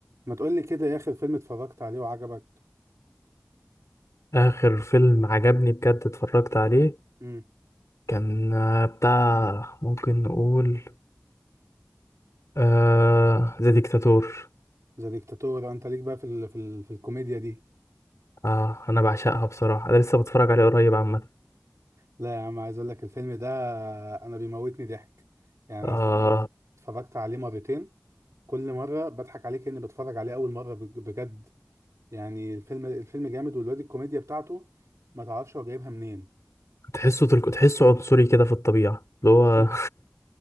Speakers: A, on the right (about 80°); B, on the left (about 75°).
A: ما تقول لي كده يا اخر فيلم اتفرجت عليه وعجبك
B: آخر فيلم عجبني بجد اتفرجت عليه
A: امم
B: كان آه، بتاع ممكن نقول آه ذا ديكتاتور
A: ذا ديكتاتور انت ليك بقى في ال في ال في الكوميديا دي
B: آه أنا بعشقها بصراحة أنا لسه بتفرج عليه قريب عامة
A: لا يا عم عايز اقول لك الفيلم ده انا بيموتني ضحك يعني انا
B: آه
A: اتفرجت عليه مرتين كل مره بضحك عليه كاني بتفرج عليه اول مره بج- بجد يعني الفيلم الفيلم جامد والواد الكوميديا بتاعته ما تعرفش هو جايبها منين
B: تحسه تلك... تحسه عنصري كده في الطبيعة اللي هو
A: <laughs>